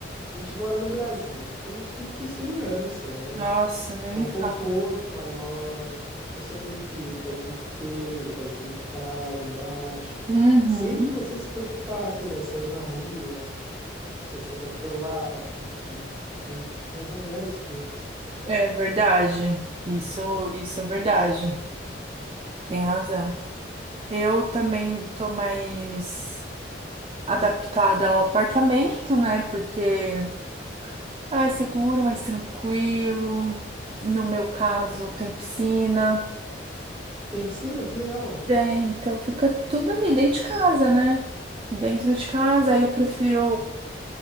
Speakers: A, in the centre; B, on the right.
A: A gente mora no Brasil, então a gente tem que ter segurança. É,
B: Nossa,
A: é
B: nem
A: um
B: me fala.
A: conforto maior. Se você tem filho, ele pode descer, ele pode brincar lá embaixo,
B: Uhum.
A: sem você se preocupar se ele vai sair na rua, se vai ser atropelado, enfim, né? Ah, Várias coisas.
B: É verdade. Isso, isso é verdade. Tem razão. Eu também tô mais adaptada ao apartamento, né? Porque é mais seguro, mais tranquilo. No meu caso, tem piscina.
A: Tem piscina, que legal.
B: Tem, então fica tudo ali dentro de casa, né? Dentro de casa, aí eu prefiro